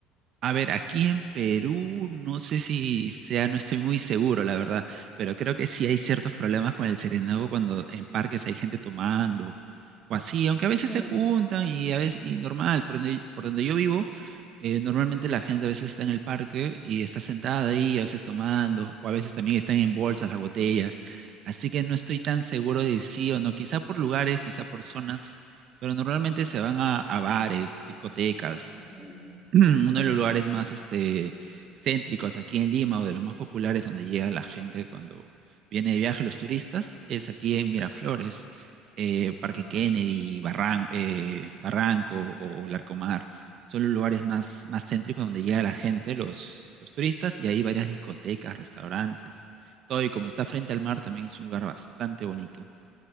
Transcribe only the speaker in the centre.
Ujú,
ujú,
ujú,
ujú.
Mm.